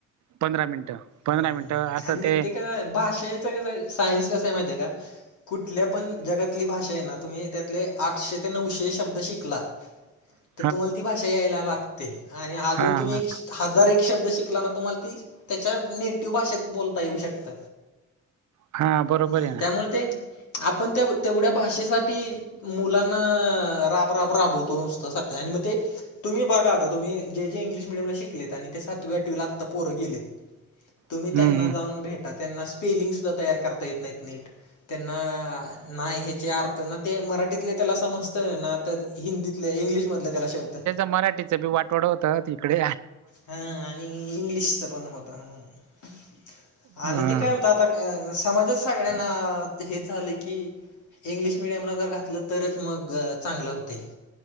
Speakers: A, on the right (about 70°); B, on the left (about 75°).
A: पंधरा मिनटं पंधरा
B: हम्म,
A: मिनट असं
B: आणि
A: ते
B: काय भाषेचं कसं सायन्स कसा माह आहे का कुठल्या पण जगातली भाषा आहे ना तुम्ही त्यातले आठशे ते नऊशे शब्द शिकला
A: ह
B: तर तुम्हाला ती भाषा यायला लागते आणि अजून
A: हा
B: तुम्ही एक हजार एक शब्द शिकला ना तुम्हाला ती नेटिव भाषेत बोलता येऊ शकत
A: हा हा बरोबर
B: हम्
A: आहे ना
B: त्यामुळे ते आपण त्या तेवढ्या भाषेसाठी मुलांना राबराब राबवतो नुसता साध आणि मग ते तुम्ही बघा आताुम्ही जे जे इंग्िश मिडयला शिकत आणि ते सातवी्या आठवीला आत्ता पोंेलेत तुम्ही
A: हम्म
B: त्यांना
A: हम्म
B: जाऊन भेटा त्यांना स्पेलिंग सुद्धा तयार करता येत नाहीत नीट त्यांना नाही ह्याचे अर्थ ना ते मराठी मराठीतले त्याला समजत ना तर हिंदीतले इंग्लिश मधले त्याला शबत
A: मराठी वाटवड होतं इकडे
B: हा आणि इंग्लिशच पण होत ह
A: ह
B: आणि ते काय होत आता अ समाजात सगळ्यांना हे झालं की इंग्लिश मिीडियमला जर घातलं तरच मग चांगलं होते